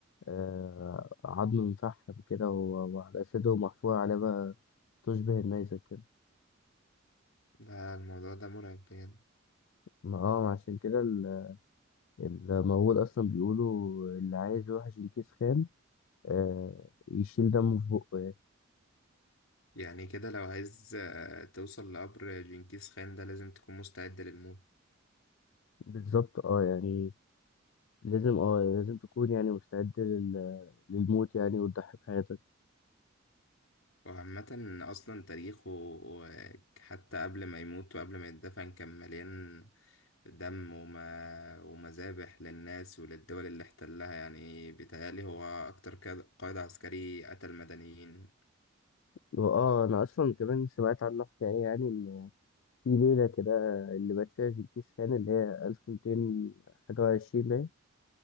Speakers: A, on the left; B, on the left.
A: آه، عظم مفحم كده و- وعلى أسده محفور عليه بقى تشبه النيزك كده
B: ده الموضوع ده مرعب بجد
A: ما اه عشان كده ال- المقول اصلا بيقولوا اللي عايز يوحش ينكيس خان آه يشيل دمه في بقه يعني
B: يعني كده لو عايز آه، توصل لقبر جنكيز خان ده لازم تكون مستعد للموت
A: بالظبط اه يعني لازم اه لازم تكون يعني مستعد لل... للموت يعني وتضحي بحياتك
B: وعامة أصلا تاريخه و- حتى قبل ما يموت وقبل ما يتدفن كان مليان دم وما ومذابح للناس وللدول اللي احتلها يعني بيتهيألي هو أكتر قائد قائد عسكري قتل مدنيين
A: واه انا اصلا كمان سمعت عنها حكايه يعني ان في ليله كده اللي مات فيها جنكيز خان اللي هي 1200 حاجه وعشرين